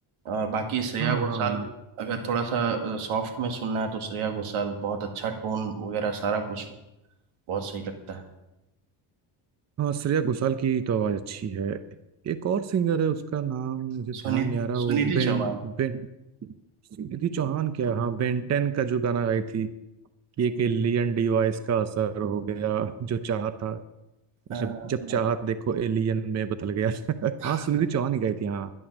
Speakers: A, on the right; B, on the right.
A: और बाकी श्रेया
B: हाँ
A: घोषाल
B: हाँ हाँ।
A: अगर थोड़ा सा सॉफ्ट में सुनना है तो श्रेया घोषाल बहुत अच्छा टोन वगैरह सारा कुछ बहुत सही लगता है
B: हाँ श्रेया घोषाल की तो आवाज अच्छी है एक और सिंगर है उसका नाम मुझे ध्यान
A: सुनि
B: नहीं आ रहा वो
A: सुनिधि
B: बेन
A: चौहान
B: बेन रिद्धि चौहान क्या हाँ बेन टेन का जो गाना गाई थी कि एक एलियन डिवाइस का असर हो गया जो चाहा था
A: अ,
B: जब जब
A: नहीं
B: चाहा देखो एलियन में बदल गया <laughs>
A: <laughs>
B: हाँ सुनिधि चौहान ही गाई थी हाँ